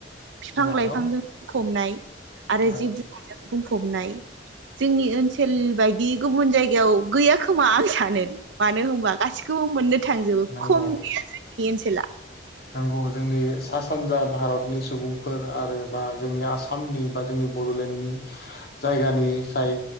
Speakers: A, on the right (about 85°); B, on the left (about 55°).
A: बिफां
B: नंगौ
A: लाइफांजों हमनाय। आरो
B: औ
A: जिब जुनारजों बुंफबनाय जोंनि ओनसोल बायदि गुबुन जायगायाव गैया खोमा आं सानो मानो होनबा गासिखौबो मोनो थांजोबो
B: नंगौ
A: खम गैया जोंनि ओनसोला
B: नंगौ जोंनि सा सानजा भारतनि सुबुंफोर आरो बा जोंनि आसामनि बा जोंनि बड'लेण्डनि जायगानिफ्राय